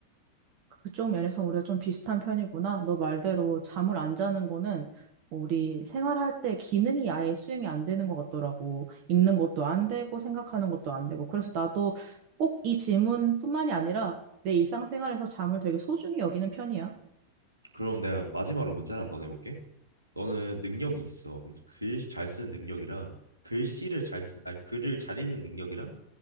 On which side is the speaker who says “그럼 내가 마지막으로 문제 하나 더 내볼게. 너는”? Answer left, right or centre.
Right